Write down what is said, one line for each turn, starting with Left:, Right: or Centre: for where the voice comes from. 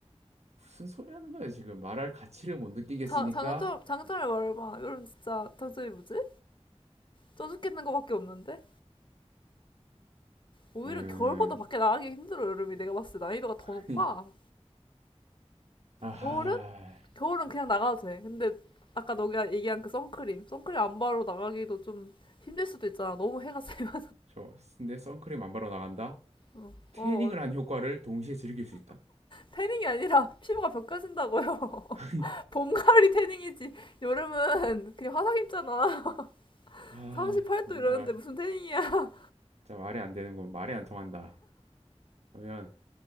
Right: 무슨 소리 하는 거야, 지금. 말할 가치를 못 느끼겠으니까,
Left: <laughs> 자, 장점, 장점을 말해봐. 여름 진짜 장점이 뭐지? 쪄 죽겠는 거밖에 없는데? 오히려
Right: 음,
Left: 겨울보다 밖에 나가기 힘들어, 여름이. 내가 봤을 때 난이도가
Right: <laughs>
Left: 더 높아.
Right: 아니, 아,
Left: 겨울은? 겨울은 그냥 나가도 돼. 근데 아까 너가 얘기한 그 선크림. 선크림 안 바르고 나가기도 좀 힘들 수도 있잖아. 너무 해가 세면.
Right: 저, 내 선크림 안 바르고 나간다?
Left: <laughs> 어,
Right: 태닝을
Left: 어,
Right: 한 효과를 동시에 즐길 수 있다.
Left: 태닝이 아니라 피부가 벗겨진다고요. <laughs>
Right: <laughs>
Left: 봄, 가을이 태닝이지. 여름은 그냥 화상 입잖아. <laughs>
Right: 아,
Left: 38도
Right: 정말
Left: 이러는데 무슨 태닝이야.
Right: 진짜 말이 안 되는 건 말이 안 통한다. 그러면